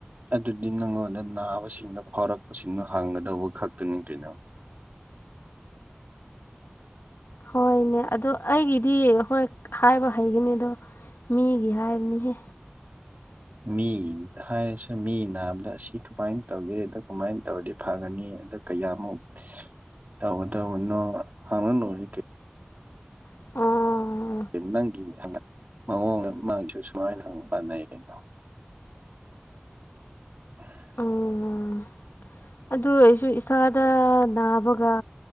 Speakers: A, on the right; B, on the left.
A: ꯑꯗꯨꯗꯤ ꯅꯉꯣꯟꯗ ꯅꯥꯕꯁꯤꯡꯗꯣ ꯐꯔꯛꯄꯁꯤꯡꯗꯣ ꯍꯡꯒꯗꯧꯕ ꯈꯛꯇꯅꯤ ꯀꯩꯅꯣ
B: ꯍꯣꯏꯅꯦ ꯑꯗꯣ ꯑꯩꯒꯤꯗꯤ ꯍꯣꯏ ꯍꯥꯏꯕ ꯍꯩꯒꯅꯤ ꯑꯗꯣ ꯃꯤꯒꯤ ꯍꯥꯏꯕꯅꯤꯍꯦ
A: ꯃꯤ ꯍꯥꯏꯔꯁꯨ ꯃꯤ ꯅꯥꯕꯗ ꯑꯁꯤ ꯀꯃꯥꯏꯅ ꯇꯧꯒꯦ ꯑꯗꯨ ꯀꯃꯥꯏꯅ ꯇꯧꯔꯗꯤ ꯐꯒꯅꯤ ꯑꯗꯨ ꯀꯌꯥꯃꯨꯛ ꯇꯧꯗꯧꯕꯅꯣ ꯍꯪꯪꯉ ꯂꯣꯏꯔꯦꯀꯩ
B: ꯑꯥ
A: ꯅꯪꯒꯤ <unintelligible> ꯃꯑꯣꯡ ꯃꯃꯥꯡꯁꯨ ꯁꯨꯃꯥꯏꯅ <unintelligible> ꯀꯩꯅꯣ <inaudible>
B: ꯎꯝ ꯑꯗꯨ ꯑꯣꯏꯁꯨ ꯏꯁꯥꯗ ꯅꯥꯕꯒ